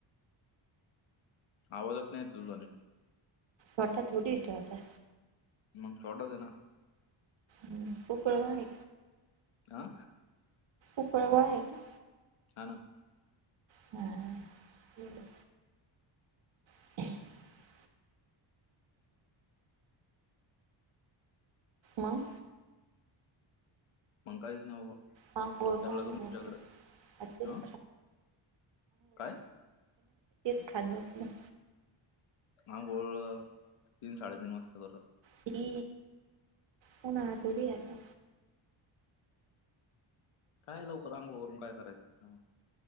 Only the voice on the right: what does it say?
मठ्ठा थोडी येतो आता
हम्म उकळवू नये
उकळवयाचं.
होय गेलं <inaudible> मग
<unintelligible> का
नाही
का तेच
खात बसले
की पुन्हा थोडी यायचं